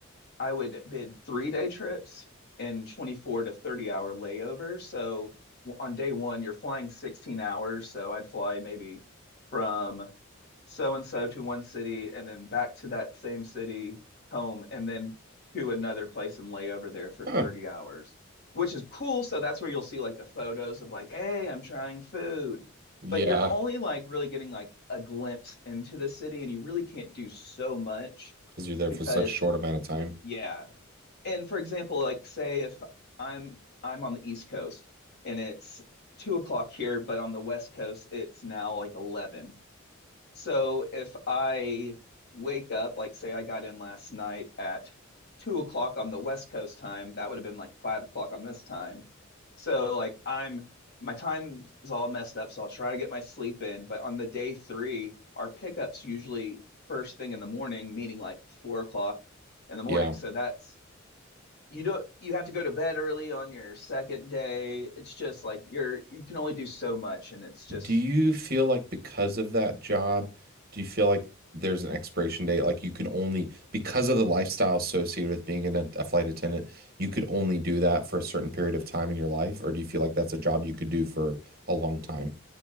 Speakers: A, on the left; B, on the right.
A: I would bid three day trips and 24 to 30 hour layovers. So on day one, you're flying 16 hours. So I'd fly maybe from so and so to one city and then back to that same city home and then to another place and lay over there for
B: Huh.
A: 30 hours, which is cool. So that's where you'll see like the photos of like, hey, I'm trying food.
B: Yeah.
A: But you're only like really getting like a glimpse into the city and you really can't do so much
B: Because you're there
A: because.
B: for such a short amount of time.
A: Yeah, and for example, like say if I'm I'm on the East Coast and it's two o'clock here, but on the West Coast it's now like eleven. So if I wake up, like say I got in last night at two o'clock on the West Coast time, that would have been like five o'clock on this time. So like I'm my time is all messed up, so I'll try to get my sleep in. But on the day three, our pickups usually first thing in the morning, meaning like four o'clock in the morning.
B: Yeah.
A: So that's you don't you have to go to bed early on your second day. It's just like you're you can only do so much and it's just
B: Do you feel like because of that job, do you feel like there's an expiration date? Like you can only, because of the lifestyle associated with being an, a flight attendant, you could only do that for a certain period of time in your life? Or do you feel like that's a job you could do for a long time?